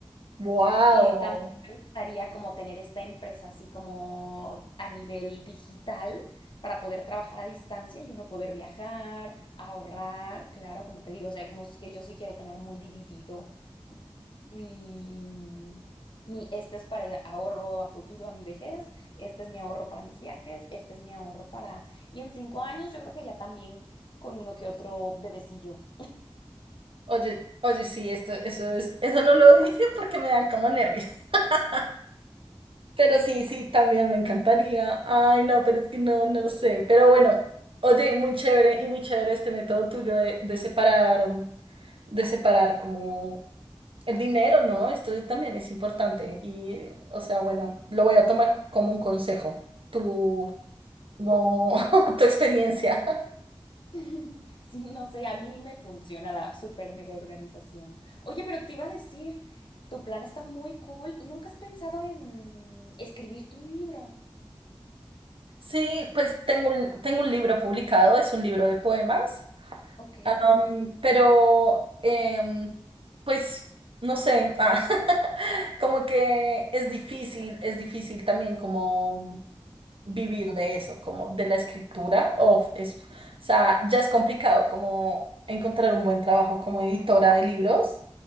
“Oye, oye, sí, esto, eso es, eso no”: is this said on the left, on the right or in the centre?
Right